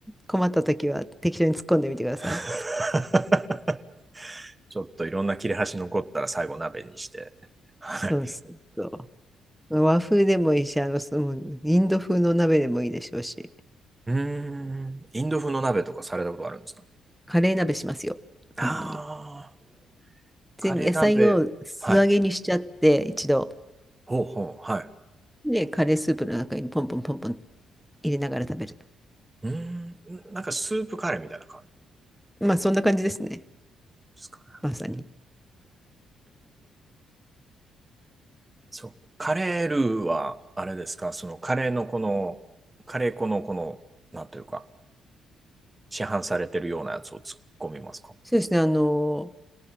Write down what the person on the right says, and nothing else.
<laughs> ちょっといろんな切れ端残ったら最後鍋にして。はい。
<laughs> うーん、インド風の鍋とかされたことあるんですか
ああ、
カレー鍋。はい。ほうほう、はい。
うーん、なんかスープカレーみたいな感
じですかね。
うんそう、カレールーは、あれですか、そのカレーのこの、カレー粉のこの、なんというか、市販されてるようなやつを突っ込みますか